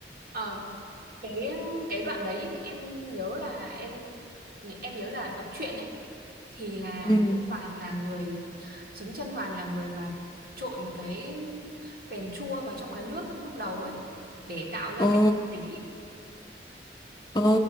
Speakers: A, on the right (about 55°); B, on the left (about 20°).
A: ờ cái cái đoạn đấy em nhớ là em em nhớ là đọc truyện ấy thì là
B: ừ
A: chân hoàn là người chính chân hoàn là người mà trộn cái phèn chua vào trong cái nước lúc đầu ấy để tạo ra
B: ồ
A: cái tính ý.
B: ồ